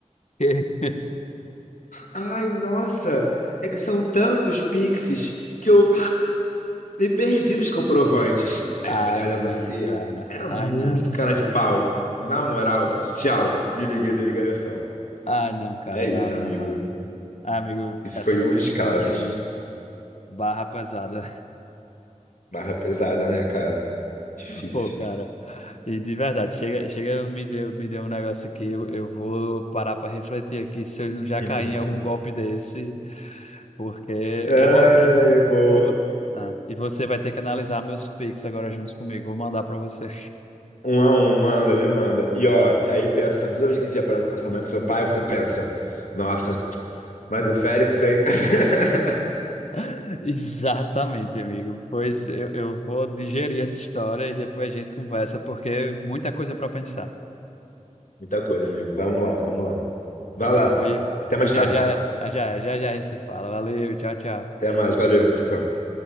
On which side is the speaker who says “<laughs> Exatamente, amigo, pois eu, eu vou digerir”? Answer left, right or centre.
Left